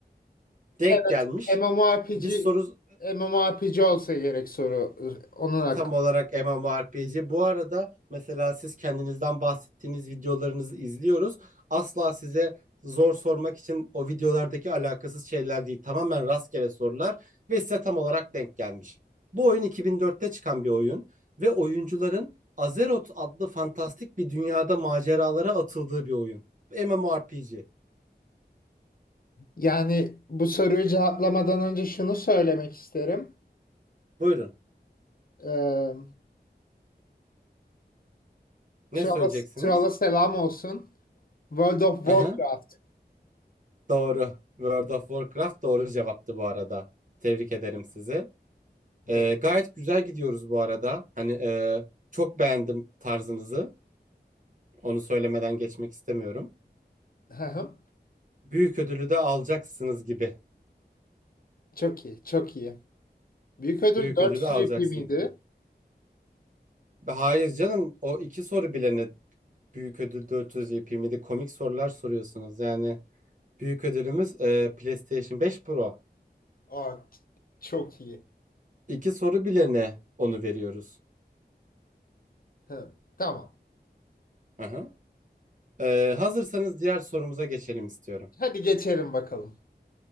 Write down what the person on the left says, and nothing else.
Evet.
MMORPG
MMORPG olsa gerek soru. Onun hakkı.
Yani bu soruyu cevaplamadan önce şunu söylemek isterim.
Ee,
Trala,
Trala selam olsun. World of
Warcraft.
De-
Hı hı.
Çok iyi, çok iyi. Büyük ödül
400
ipi miydi?
Aa, çok iyi.
Hı, tamam.
Hadi geçelim bakalım.